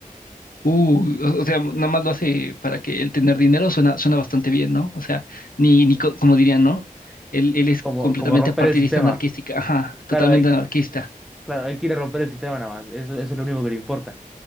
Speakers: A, on the left; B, in the centre.
A: Uh, o o sea, nada más lo hace para que el tener dinero suena, suena bastante bien, ¿no? O sea, ni, ni co- como dirían, ¿no? Él, él es
B: Como,
A: completamente
B: como romper
A: partidista
B: el sistema.
A: anarquística, ajá,
B: Claro,
A: totalmente
B: él,
A: anarquista.
B: claro, él quiere romper el sistema nada más. Eso, eso es lo único que le importa.